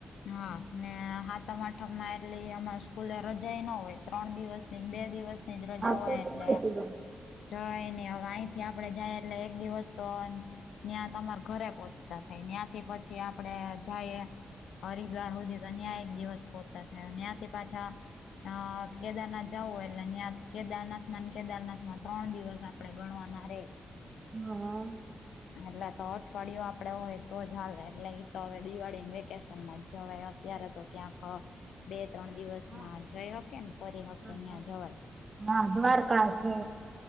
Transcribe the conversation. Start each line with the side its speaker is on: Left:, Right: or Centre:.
Left: હા. ને હાતમ-આઠમમાં એટલી અમાર સ્કૂલે રજાઈ નો હોય. ત્રણ દિવસ નીન બે દિવસ ની જ રજા
Right: હા
Left: હોય
Right: તો તો
Left: એટલે.
Right: ન જવાય હા
Left: જવાય નહીં, હવે વાહેથી આપણે જાઈએ એટલે એક દિવસ તોન ન્યાં તમાર ઘરે પહોંચતા થાય. ન્યાં થી પછી આપણે જાઈએ હરિદ્વાર હુધી, તો ન્યાં એક દિવસ પહોંચતા થાય. ને ન્યાંથી પાછા અહ કેદારનાથ જાવુ હોય એટલે, ન્યાંત કેદારનાથમાંન કેદારનાથમા, ત્રણ દિવસ આપણે ગણવાના રેઈ. <inaudible>
Right: હા.
Left: એટલે તો અઠવાડીયુ આપણે હોય તો જ હાલે, એટલે ઈ તો હવે દિવાળીનું વેકેશ શન માં જ જવાય. અત્યારે તો ક્યાંક બે-ત્રણ દિવસમાં
Right: હા
Left: જઈ હકે ન ફરી હકેન
Right: હા
Left: ન્યા
Right: હા
Left: જવાય.
Right: હા દ્વારકા છે